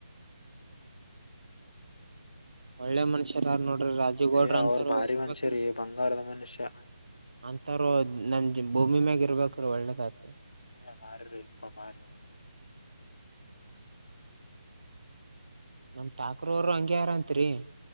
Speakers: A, on the right; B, on the left.
A: ಒಳ್ಳೆ ಮನುಷ್ಯರ ಹಾರ್ ನೋಡ. ರಾಜುಗೌಡ್ರ
B: ಅಯ್ಯ
A: ಅಂತಾರ
B: ಅವ್ರ ಭಾರಿ
A: ಇರ್ಬೇಕ್ರೀ
B: ಮನುಷ್ಯ ರೀ ಬಂಗಾರದ ಮನುಷ್ಯ
A: ಅಂತಾರೋ ಭೂಮಿ ಮ್ಯಾಗ ಇರ್ಬೇಕ್ರೀ ಒಳ್ಳೆದ ಆತದ.
B: <unintelligible> ಮಾರೀರಿಪ್ಪ ಮಾಾರ <unintelligible>
A: ನಮ್ ಠಾಕ್ರೂ ಅವ್ರು ಹಂಗೆ ಹರ ಅಂತ್ರಿ..